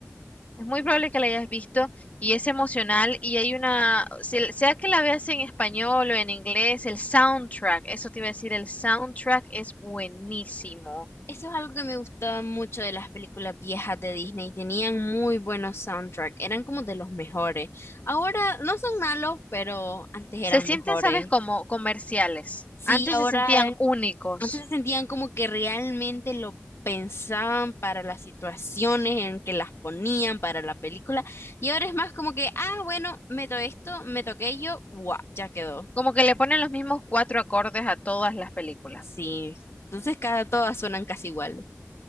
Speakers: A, on the left; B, on the left.
A: Es muy probable que la hayas visto y es emocional y hay una, se- sea que la veas en español o en inglés, el soundtrack, eso te iba a decir, el soundtrack es buenísimo.
B: Eso es algo que me gustaba mucho de las películas viejas de Disney. Tenían muy buenos soundtracks, eran como de los mejores. Ahora no son malos, pero antes
A: Se
B: eran
A: sienten,
B: mejores.
A: ¿sabes? Como comerciales.
B: Sí,
A: Antes
B: ahora
A: se sentían
B: eh,
A: únicos.
B: antes se sentían como que realmente lo pensaban para las situaciones en que las ponían para la película. Y ahora es más como que, ah, bueno, meto esto, meto aquello, guau, ya quedó.
A: Como que le ponen los mismos cuatro acordes a todas las películas.
B: Sí, entonces cada todas suenan casi iguales.